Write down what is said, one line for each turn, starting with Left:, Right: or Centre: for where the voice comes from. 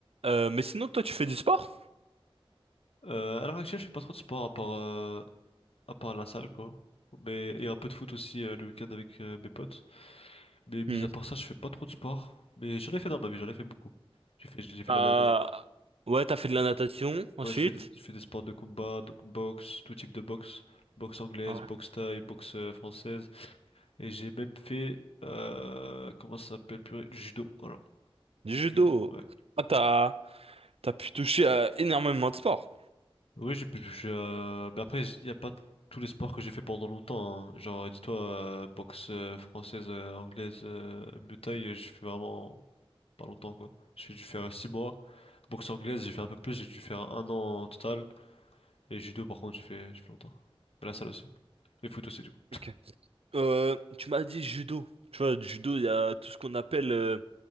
Right: Euh, mais sinon, toi, tu fais du sport?
Left: Euh, à l'heure actuelle, je fais pas trop de sport à part, euh, à part la salle, quoi. Mais, et un peu de foot aussi euh, le week-end avec euh, mes potes. Mais mis
Right: Hmm.
Left: à part ça, je fais pas trop de sport. Mais j'en ai fait dans ma vie, j'en ai fait beaucoup. J'ai fait, j'ai fait
Right: Euh,
Left: de la natation.
Right: ouais, t'as fait de la natation ensuite.
Left: Ouais, je fais, des- je fais des sports de combat, donc boxe, tout type de boxe. Boxe anglaise,
Right: Ouais.
Left: boxe thaï, boxe euh, française. Et j'ai même fait, euh, comment ça s'appelle, purée, du judo. Voilà.
Right: Du judo.
Left: Euh, Ouais.
Right: Ah, t'as t'as pu toucher à énormément de sports.
Left: Oui, j'ai, j'ai, euh, mais après, il n'y a pas tous les sports que j'ai fait pendant longtemps. hein. Genre, dis-toi, euh, boxe euh, française, euh, anglaise, euh, Muay Thai, euh, j'ai fait vraiment pas longtemps, quoi. J'ai dû faire 6 mois. Boxe anglaise, j'ai fait un peu plus, j'ai dû faire un an en total. Et judo, par contre, j'ai fait, j'ai fait longtemps. Et la salle aussi. Et foot aussi, du coup.
Right: Ok. Euh, tu m'as dit judo. Tu vois, du judo, il y a tout ce qu'on appelle euh,